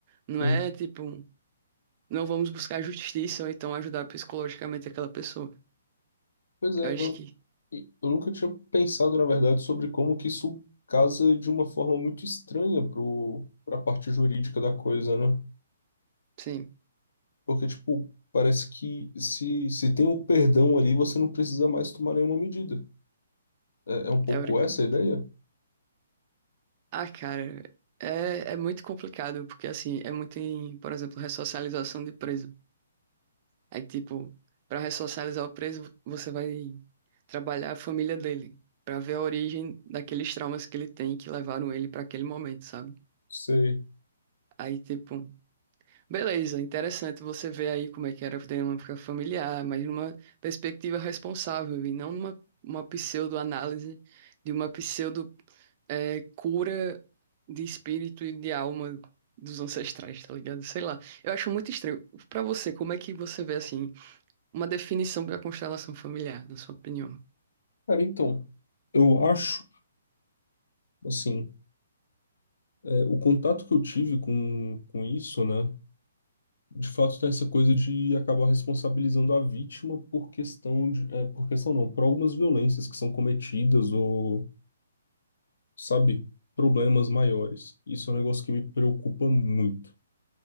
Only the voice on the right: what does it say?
Não
é tipo, não vamos buscar justiça ou então ajudar psicologicamente aquela pessoa.
Eu
acho que,
sim,
teoricamente.
Ah, cara, é, é muito complicado, porque assim, é muito em, por exemplo, ressocialização de preso. Aí, tipo, pra ressocializar o preso, você vai trabalhar a família dele, pra ver a origem daqueles traumas que ele tem que levaram ele pra aquele momento, sabe?
Aí, tipo, beleza, interessante você ver aí como é que era a dinâmica familiar, mas numa perspectiva responsável e não numa uma pseudo-análise de uma pseudo eh, cura de espírito e de alma dos ancestrais, tá ligado? Sei lá. Eu acho muito estranho. Pra você, como é que você vê assim? Uma definição para constelação familiar, na sua opinião.